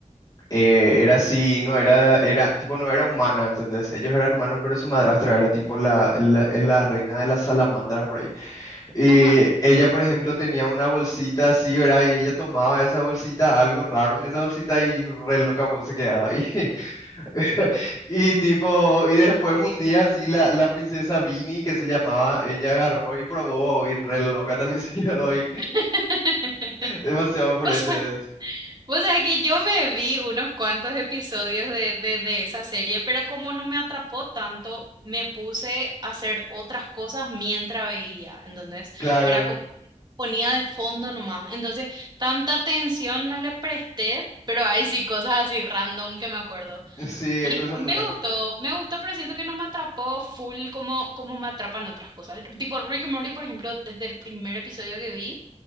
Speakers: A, on the left; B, on the right.
A: eh, era así, no era, era, tipo, no era humana, ¿entendés? Ellos eran humanos, pero su madrastra era tipo la, la, la reina de las salamandras por ahí. Y
B: Ajá.
A: ella, por ejemplo, tenía una bolsita así, ¿verdad? Y ella tomaba esa bolsita, algo raro en esa bolsita y re loca vos se quedaba ahí. <laughs> Y tipo, y después un día así, la, la princesa Vini, que se llamaba, ella agarró y probó y re loca también se quedó ahí.
B: <laughs>
A: Demasiado fuerte.
B: O sea, o sea que yo me vi unos cuantos episodios de, de, de esa serie, pero como no me atrapó tanto, me puse a hacer otras cosas mientras veía, ¿entendés?
A: Claro.
B: Era como que ponía de fondo nomás. Entonces, tanta atención no le presté, pero hay sí cosas así random que me acuerdo.
A: Sí,
B: Y
A: hay cosas muy
B: me
A: grandes.
B: gustó, me gustó, pero siento que no me atrapó full como, como me atrapan otras cosas. Tipo Rick and Morty, por ejemplo, desde el primer episodio que vi